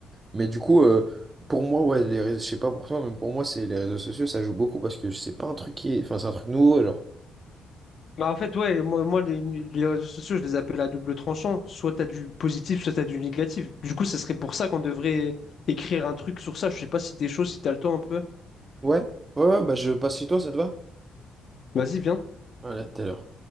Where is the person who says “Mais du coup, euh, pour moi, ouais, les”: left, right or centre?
Right